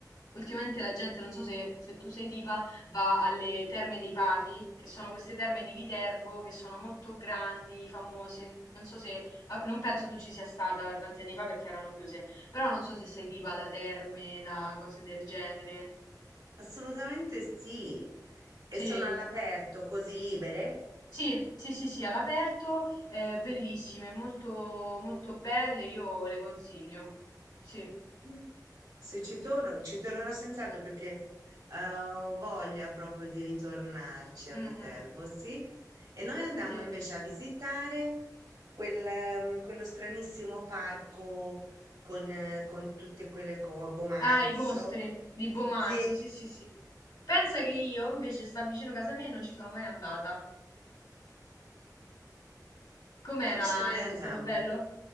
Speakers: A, on the left (about 75°); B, on the right (about 80°).
A: ultimamente la gente, non so se, se tu sei tipa, va alle Terme dei Papi, che sono queste terme di Viterbo, che sono molto grandi, famose. Non so se, ah, non penso tu ci sia stata da tanti anni fa perché erano chiuse, però non so se sei tipa da terme, da cose del genere.
B: Assolutamente sì. E
A: Sì.
B: sono all'aperto, così libere?
A: Sì, sì, sì, sì, all'aperto, eh, bellissime, molto, molto belle, io le consiglio. Sì,
B: Mm. Se ci torno, ci tornerò senz'altro perché eh, ho voglia proprio di ritornarci a
A: Mm,
B: Viterbo,
A: mm.
B: sì. E noi andammo
A: Sì.
B: invece a visitare quel, ehm, quello stranissimo parco con, eh, con tutte quelle cose, Bomarzo.
A: Ah, i mostri di Bo Marzo,
B: Sì,
A: sì, sì, sì. Pensa che io invece sta vicino a casa mia e non ci sono mai andata. Com'era?
B: Invece noi
A: È,
B: andammo.
A: è stato bello?